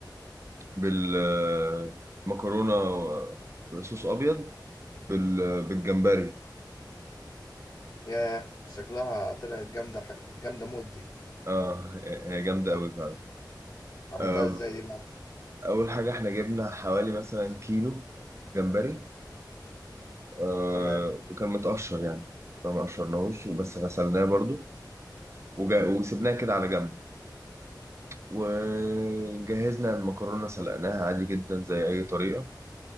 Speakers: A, on the right; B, on the left.
A: بال آه، مكرونة بصوص أبيض بال... بالجمبري
B: ياه ده شكلها طلعت جامده حاجه جامده موت دي
A: آه هي جامدة
B: طب
A: أوي فعلا
B: عملتها
A: آه
B: ازاي دي بقى
A: أول حاجة إحنا جبنا حوالي مثلا كيلو جمبري آه
B: تمام
A: وكان متقشر يعني ما مقشرناهوش بس غسلناه برضو وجا... وسبناه كده على جنب وجهزنا المكرونة سلقناها عادي جدا زي أي طريقة